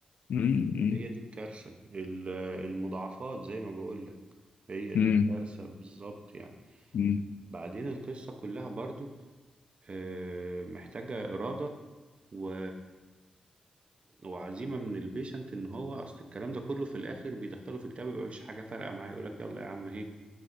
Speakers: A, on the left; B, on the right.
A: مم، مم،
B: هي دي الكارثة ال- المضاعفات زي ما بقول لك هي
A: مم،
B: دي الكارثة بالظبط يعني
A: مم.
B: بعدين القصة كلها برضو آه، محتاجة إرادة و... وعزيمة من البيشنت إن هو أصل الكلام ده كله في الآخر بيدخله في كتاب يبقى مفيش حاجة فارقة معاه يقولك يلا يا عم أهي